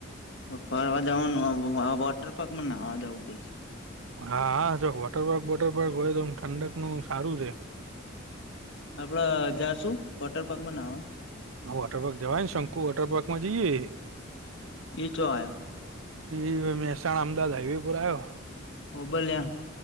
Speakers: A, on the left; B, on the right.
A: ફરવા જવાનું વોટર પાર્ક માં ના અવા જવું પડશે
B: હા હા ચોક વોટર પાર્ક વોટર પાર્ક હોય તોમ ઠંડકનું સારું છે
A: આપડ જાશું વોટર પાર્ક બનાવા
B: હા વોટર પારક જવાય ને શંકુ વોટર પાર્કમાં જઈએ
A: એ ચો આ
B: એવે મહેસાણા અમાદાવેપુર આવ્યો
A: ઓ ભલ્યા